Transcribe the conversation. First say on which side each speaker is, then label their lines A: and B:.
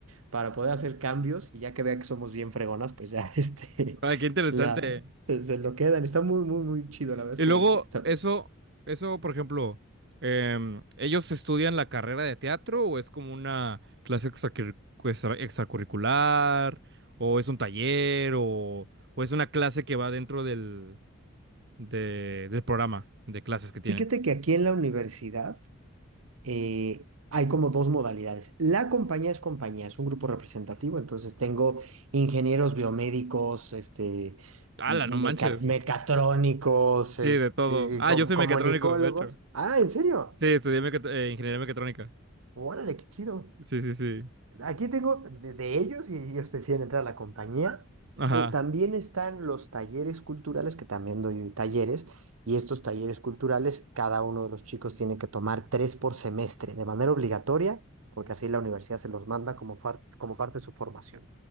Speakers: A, on the right; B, on the right.
A: para poder hacer cambios y ya que vea que somos bien fregonas, pues ya <laughs> este,
B: Ay, qué interesante.
A: la, se, se lo quedan. Está muy, muy, muy chido, la verdad es
B: Y
A: que
B: luego,
A: está,
B: eso, eso, por ejemplo, em, ¿ellos estudian la carrera de teatro o es como una clase extracurri- extra- extracurricular? ¿O es un taller? ¿O, o es una clase que va dentro del, de- del programa de clases que tienen?
A: Fíjate que aquí en la universidad eh, hay como dos modalidades. La compañía es compañía, es un grupo representativo, entonces tengo ingenieros biomédicos, este,
B: ¡Hala,
A: meca-
B: no manches!
A: mecatrónicos, este,
B: Sí, de todo. Ah,
A: com-
B: yo soy
A: comunicólogos.
B: mecatrónico, de hecho.
A: Ah, ¿en serio?
B: Sí, estudié mecat- eh, ingeniería mecatrónica.
A: Órale, qué chido.
B: Sí, sí, sí.
A: Aquí tengo de, de ellos y ellos deciden entrar a la compañía.
B: Ajá.
A: Eh, También están los talleres culturales, que también doy talleres, y estos talleres culturales, cada uno de los chicos tiene que tomar tres por semestre de manera obligatoria, porque así la universidad se los manda como, far- como parte de su formación.